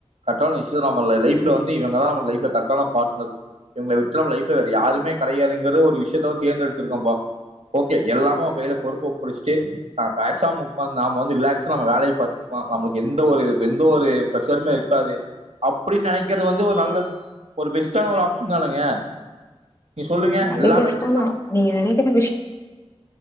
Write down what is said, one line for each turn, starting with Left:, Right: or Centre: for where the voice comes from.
Right: கரெட்டான விஷயோ நம்ம லைஃப்ல வந்து இவங்கதா நமக்கு லைஃப்ல கரட்டான பாட்னரு இவங்கள விற்றா நம்ம லைஃப்ல வேற யாருமே கலயாதுங்கிறது ஒரு விஷயத்த தேர்ந்தெடுத்திருக்கோம்ப்பா ஓகே எல்லாமு ஒ கையில பொறுப்பு ஒப்படிச்சிட்டு நா பேசாம உக்காந்து நாம வந்து ரிலாக் சோ நம்ம வேலைய பாத்துக்லா நம்மளுக்கு எந்த ஒரு எந்த ஒரு பிரஷருமே இருக்காது அப்டின்னு நெனைக்கிறது வந்து ஒரு நல்ல ஒரு பெஸ்டான ஒரு ஆப்ஷன் தானங்க நீ சொல்லுங்க
Left: நீங்க அது
Right: எல்லாமே
Left: பெஸ்ட்டானா
Right: <inaudible>
Left: நீங்க நெனைக்கிற